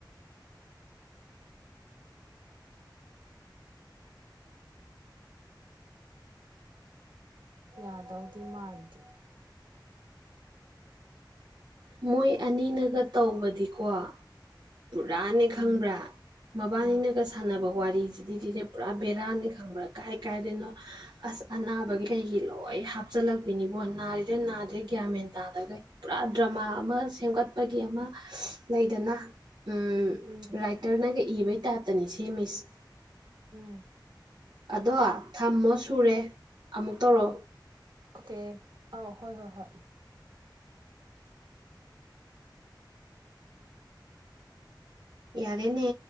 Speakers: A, on the right; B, on the right.
A: ꯌꯥꯗꯧꯗꯤ ꯃꯥꯟꯗꯦ
B: ꯃꯣꯏ ꯑꯅꯤꯅꯒ ꯇꯧꯕꯗꯤꯀꯣ ꯄꯨꯔꯥꯅꯦ ꯈꯪꯕ꯭ꯔꯥ
A: ꯎꯝ
B: ꯃꯕꯥꯅꯤꯅꯒ
A: ꯎꯝ
B: ꯁꯥꯟꯅꯕ ꯋꯥꯔꯤꯁꯤꯗꯤꯅꯦ ꯄꯨꯔꯥ ꯕꯦꯔꯥꯅꯤ ꯈꯪꯕ꯭ꯔꯥ ꯀꯥꯏ ꯀꯥꯏꯗꯩꯩꯅꯣ ꯑꯁ ꯑꯅꯥꯕꯒꯤ ꯀꯩꯒꯤ ꯂꯣꯏ ꯍꯥꯞꯆꯤꯜꯂꯛꯄꯤꯅꯤꯕꯣ ꯅꯥꯔꯤꯔ ꯅꯥꯗ꯭ꯔꯤꯔ ꯒ꯭ꯌꯥꯟ ꯃꯦꯟ ꯇꯥꯗꯈꯩ ꯄꯨꯔꯥ ꯗ꯭ꯔꯃꯥ ꯑꯃ ꯁꯦꯝꯒꯠꯄꯒꯤ ꯑꯃ ꯂꯩꯗꯅ ꯎ ꯔꯥꯏ
A: ꯎꯝ
B: ꯔꯥꯏꯇꯔꯅꯒ ꯏꯕꯩ ꯇꯥꯏꯞꯇꯅꯦ ꯁꯦꯝꯃꯤꯁ
A: ꯎꯝ
B: ꯑꯗꯣ ꯊꯝꯃꯣ ꯁꯨꯔꯦ ꯑꯃꯨꯛ ꯇꯧꯔꯣ
A: ꯑꯣꯀꯦ ꯑꯥꯎ ꯍꯣꯏ ꯍꯣꯏ ꯍꯣꯏ
B: ꯌꯥꯔꯦꯅꯦ